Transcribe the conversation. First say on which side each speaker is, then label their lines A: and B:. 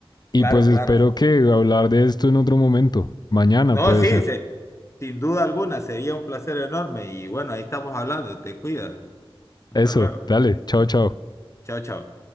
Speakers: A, on the left (about 45°); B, on the left (about 30°).
A: y
B: Claro,
A: pues
B: claro.
A: espero que hablar de esto en otro momento, mañana
B: No,
A: puede
B: sí,
A: ser.
B: se- sin duda alguna, sería un placer enorme. Y bueno, ahí estamos hablando. Te cuidas. Hasta
A: Eso,
B: luego.
A: dale, chao, chao.
B: Chao, chao.